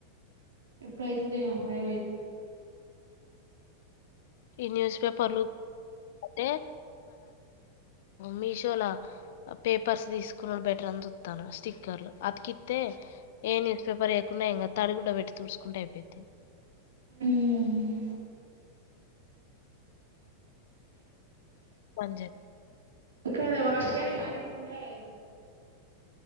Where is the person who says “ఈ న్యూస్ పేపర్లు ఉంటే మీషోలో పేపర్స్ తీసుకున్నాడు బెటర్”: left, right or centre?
Left